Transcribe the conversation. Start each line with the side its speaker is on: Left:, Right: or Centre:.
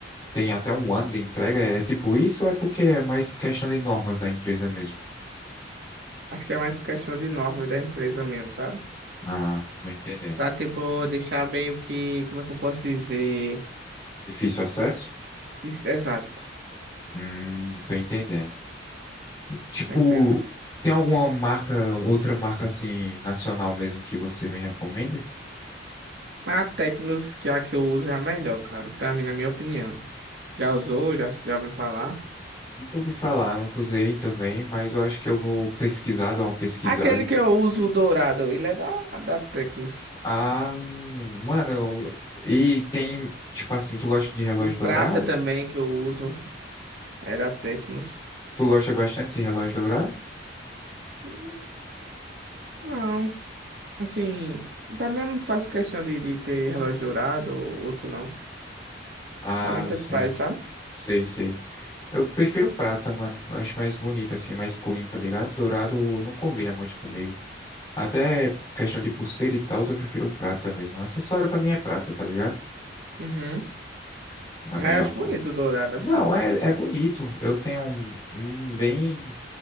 Left: têm até um ano de entrega? É tipo isso ou é porque é mais questão de normas da empresa mesmo?
Right: Acho que é mais por questão de normas da empresa mesmo, sabe?
Left: Ah, tô entendendo.
Right: Pra, tipo, deixar bem o que. Como é que eu posso dizer?
Left: Difícil acesso?
Right: Isso, exato.
Left: Hum, tô entendendo. Tipo,
Right: Tá entendendo?
Left: tem alguma marca, outra marca, assim, nacional mesmo que você me recomenda?
Right: Mas a Tecnos, que a que eu uso é a melhor, cara, pra mim, na minha opinião. Já usou? Já, já ouviu falar?
Left: Nunca ouvi falar, nunca usei também, mas eu acho que eu vou pesquisar, dar uma pesquisada.
Right: Aquele
Left: e tudo.
Right: que eu uso, o dourado, ele é da, da Tecnos.
Left: Ah, mano, eu- e tem, tipo assim, tu gosta de relógio
Right: O prata
Left: dourado?
Right: também que eu uso é da Tecnos.
Left: Tu gosta bastante de relógio dourado?
Right: Hum, Não, assim, pra mim eu não faço questão de, de ter relógio dourado ou outro não.
Left: Ah,
Right: Pra mim tanto
Left: sei,
Right: faz, sabe?
Left: sei, sei. Eu prefiro prata, mano. Eu acho mais bonito, assim, mais clean, tá ligado? Dourado não combina muito comigo. Até questão de pulseira e tal, eu prefiro prata mesmo. Acessório pra mim é prata, tá ligado?
Right: Uhum.
Left: Da
Right: Mas
Left: melhor
Right: eu acho bonito
Left: forma.
Right: o dourado
Left: Não,
Right: assim.
Left: é, é bonito. Eu tenho um, um bem.